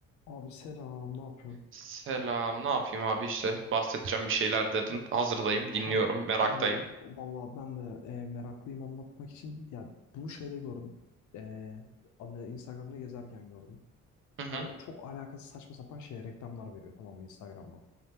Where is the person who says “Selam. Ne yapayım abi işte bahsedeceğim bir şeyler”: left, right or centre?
Right